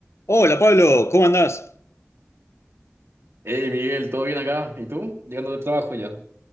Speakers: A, on the left; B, on the right.
A: Hola Pablo, ¿cómo andás?
B: Hey Miguel, ¿todo bien acá? ¿Y tú? Llegando del trabajo ya.